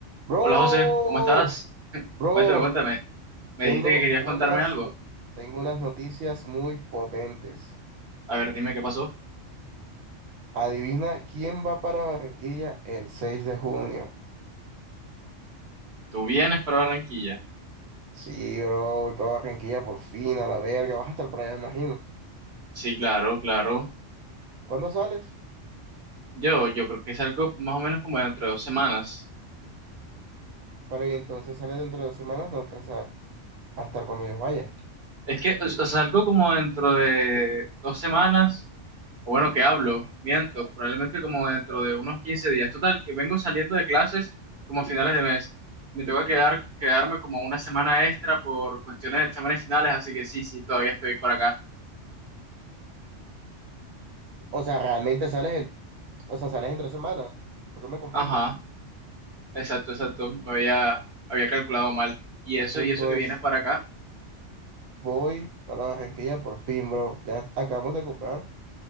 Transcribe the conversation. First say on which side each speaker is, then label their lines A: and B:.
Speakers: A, on the right (about 85°); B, on the right (about 55°).
A: Bro,
B: Hola José, ¿cómo estás?
A: bro,
B: Cuéntame, cuéntame. Me
A: tengo
B: dijiste que querías
A: unas,
B: contarme algo.
A: no- tengo unas noticias muy potentes.
B: A ver, dime qué pasó.
A: Adivina quién va para Barranquilla el seis de junio.
B: ¿Tú vienes para Barranquilla?
A: Sí, bro, voy para Barranquilla por fin, a la verga. Vas a estar por allá, me imagino.
B: Sí, claro, claro.
A: ¿Cuándo sales?
B: Yo, yo creo que salgo más o menos como dentro de dos semanas.
A: Para y entonces sales dentro de dos semanas, no alcanza a estar cuando yo vaya.
B: Es que, o o sea, salgo como dentro de dos semanas. O bueno, que hablo, miento, probablemente como dentro de unos 15 días. Total, que vengo saliendo de clases como a finales de mes. Me tengo que quedar, quedarme como una semana extra por cuestiones de exámenes finales, así que sí, sí, todavía estoy por acá.
A: O sea, realmente sales el, o sea, sales en tres semanas. ¿Por qué me confundes?
B: Ajá. Exacto, exacto. Me había, había calculado mal. Y
A: El
B: eso,
A: punto
B: y eso que
A: es,
B: vienes para acá.
A: voy para Barranquilla por fin, bro. Ya acabamos de comprar.